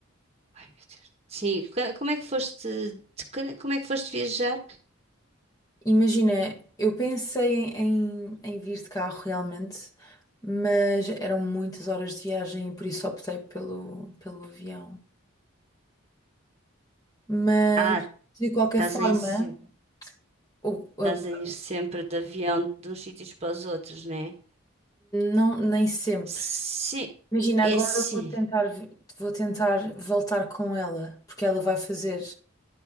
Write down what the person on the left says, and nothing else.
Imagina, eu pensei em, em, em vir de carro realmente, mas eram muitas horas de viagem e por isso optei pelo, pelo avião. Mas,
de qualquer
forma,
o-
a-
não, nem sempre.
Imagina,
agora
eu vou tentar, vi- vou tentar voltar com ela, porque ela vai fazer